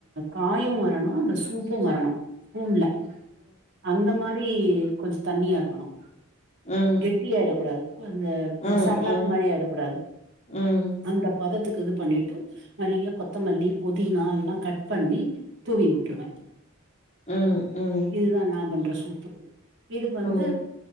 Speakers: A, on the right; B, on the left.
A: காயும் வரணும் அந்த சூப்பும் வரணும் ஸ்பூன்ல அந்த மா ரி கொஞ்ச தண்ணியா இருக்கணும்
B: உம்
A: கெட்டி ஆயிட கூடாது அந்த
B: உம்
A: சரலாக்
B: உம்
A: மாரி ஆயிடக்கூடாது
B: உம்
A: அந்த பதத்துக்கு இது பண்ணிட்டு நெறைய கொத்தமல்லி புதினா எல்லாம் கட் பண்ணி தூவி விட்ருவேன்
B: உம் உம்
A: இதுதான் நா பண்ற சூப்பு இதுக்கு வந்து
B: ஓ!